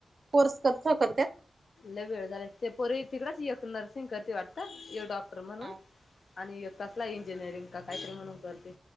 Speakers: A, on the right (about 55°); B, on the left (about 70°).
A: कोर्स कसं करतात <unintelligible>
B: लय वेळ झाला ते पोरी तिकडच नर्सिंग करते वाटतं एक डॉक्ट- म्हणून
A: हा
B: आणि कसला इंजिनिअरिंग का काहीतरी म्हणून करते.